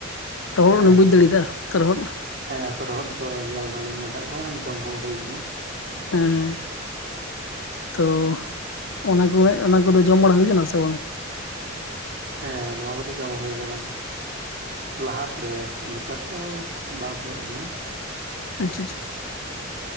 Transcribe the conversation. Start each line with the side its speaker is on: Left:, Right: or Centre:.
Left: ᱛᱚᱨᱦᱚᱫ
Right: ᱦᱮᱸ
Left: ᱢᱟᱱᱮᱢ ᱵᱩᱡᱽ
Right: ᱦᱮᱸ
Left: ᱫᱟᱲᱮᱭᱫᱟ ᱛᱚᱨᱦᱚᱫ᱾
Right: ᱦᱮᱸ ᱛᱚᱨᱦᱚᱫ ᱫᱚ ᱧᱮᱞ ᱦᱚᱞᱤᱧ ᱧᱮᱞ ᱟᱠᱟᱫ ᱠᱚᱣᱟ, ᱡᱚᱢ ᱦᱚᱸ ᱦᱩᱭ ᱟᱠᱟᱱᱟ᱾
Left: ᱮᱸᱻ ᱛᱚ ᱚᱱᱟ ᱠᱚ ᱜᱮ ᱚᱱᱟ ᱠᱚᱫᱚ ᱡᱚᱢ ᱵᱟᱲᱟ ᱦᱩᱭ ᱟᱠᱟᱱᱟ ᱥᱮ ᱵᱟᱝ?
Right: ᱦᱮᱸ ᱱᱚᱣᱟ ᱠᱚᱫᱚ ᱡᱚᱢ ᱦᱩᱭ ᱟᱠᱟᱱᱟ। ᱞᱟᱦᱟ ᱛᱮ ᱱᱮᱛᱟᱨ ᱫᱚ ᱵᱟᱝ ᱦᱩᱭᱩᱜ ᱠᱟᱱᱟ।
Left: ᱟᱪᱪᱷᱟ।